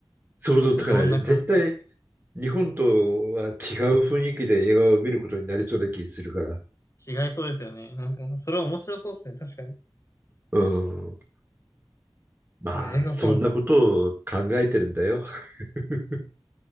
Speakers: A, on the right; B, on the left.
A: 想像つかない。
B: ですね。どんな感じ。
A: 絶対、日本とは違う雰囲気で映画を見ることになりそうな気がするから。
B: 違いそうですよね。なんか、それは面白そうですね。確かに。い
A: うん。まあ、
B: や、映画か。
A: そんなことを考えてるんだよ。
B: <laughs>
A: <laughs>